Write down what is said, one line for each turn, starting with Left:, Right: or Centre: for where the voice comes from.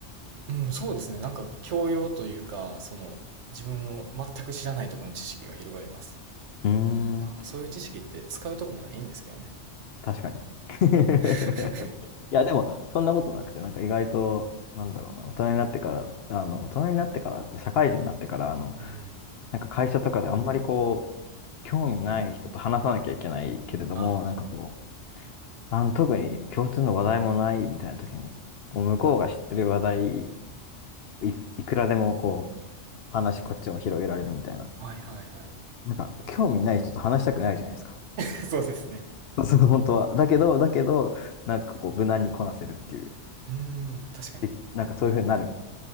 Right: うん、そうですね。なんか、教養というか、その、自分の全く知らないところの知識が広がります。
Left: うんうん。うーん、
Right: そういう知識って使うとこもないんですけどね。
Left: 確かに。<laughs>
Right: うん <laughs>
Left: いや、でも、そんなことなくて、なんか意外と、なんだろうな、大人になってから、あの、大人になってからって、社会人になってから、あの、
Right: うん。
Left: なんか会社とかであんまりこう、興味ない人と話さなきゃいけないけれども、
Right: あ
Left: なんかこう、あの、特に共通の話題もないみたいな時に、こう向こうが知ってる話題、い、いくらでもこう、話こっちも広げられるみたいな。
Right: あ、はいはいはい。
Left: なんか、興味ない人と話したくないじゃないですか。
Right: <laughs> そうですね。
Left: <laughs> その本当は。だけど、だけど、なんかこう、無難にこなせるっていう。
Right: うん、確かにね。
Left: で、なんかそういうふうになる、